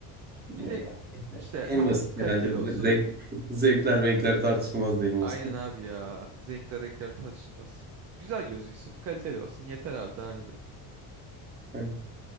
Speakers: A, on the right; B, on the right.
A: Bilmiyorum
B: Bir de
A: ya.
B: işte
A: En
B: hafif
A: basit
B: kaliteli
A: herhalde.
B: olsun.
A: Zevk, <laughs> zevkler renkler tartışılmaz diyelim o
B: Aynen
A: zaman.
B: abi ya. Renkler renkler tartışılmaz. Güzel gözüksün, kaliteli olsun. Yeter abi daha ne zaten.
A: <laughs>